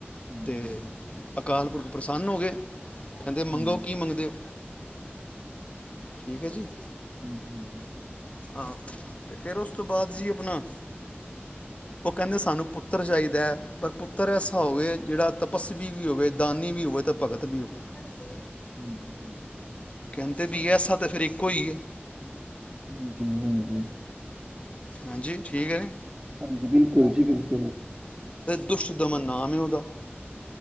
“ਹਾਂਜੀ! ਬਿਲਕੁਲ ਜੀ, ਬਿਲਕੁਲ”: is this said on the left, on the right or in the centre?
Right